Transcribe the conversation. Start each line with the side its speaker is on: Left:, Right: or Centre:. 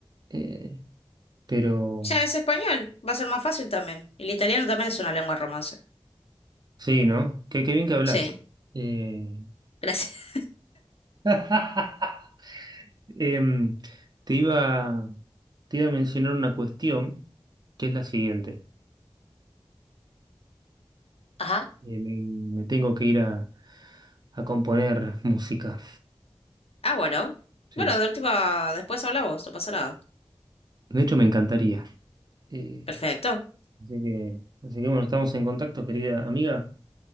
Right: Eh, pero...
Left: ¿Sabes español? Va a ser más fácil también. Y el italiano también es una lengua romance.
Right: Sí, ¿no? Qué, qué bien que hablas.
Left: Sí,
Right: Eh...
Left: gracias.
Right: <laughs> Em, te iba, te iba a mencionar una cuestión que es la siguiente.
Left: <laughs> Ajá.
Right: Eh, me, me tengo que ir a, a componer <laughs> música.
Left: Ah, bueno.
Right: Sí.
Left: Bueno, de última, después hablamos, no pasa nada.
Right: De hecho, me encantaría. Eh,
Left: Perfecto.
Right: así que, así que bueno, estamos en contacto, querida amiga.